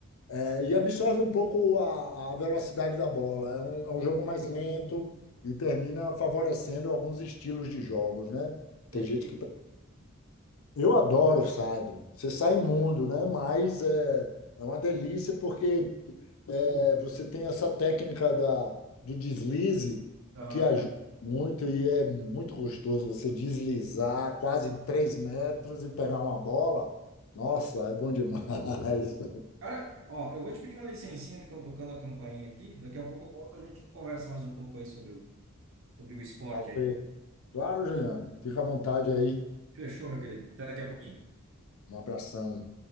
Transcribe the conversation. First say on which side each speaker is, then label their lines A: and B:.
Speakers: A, on the left (about 80°); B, on the right (about 65°).
A: é, e absorve um pouco a, a velocidade da bola. É um, é um jogo mais lento e termina favorecendo alguns estilos de jogos, né?
B: Entendi.
A: Tem gente que. Eu adoro o saibro. Você sai imundo, né? Mas é, é uma delícia porque é, é, você tem essa técnica da, do deslize
B: Aham.
A: que ajuda muito e é muito gostoso você deslizar quase três metros e pegar uma bola. Nossa, é bom demais. <laughs>
B: Cara, ó, eu vou te pedir uma licencinha que estão tocando a campainha aqui, daqui a pouco eu volto, a gente conversa mais um pouco aí sobre o, sobre o esporte
A: Tá ok.
B: aí.
A: Claro, Juliano. Fica à vontade aí.
B: Fechou, meu querido? Até daqui a pouquinho.
A: Um abração.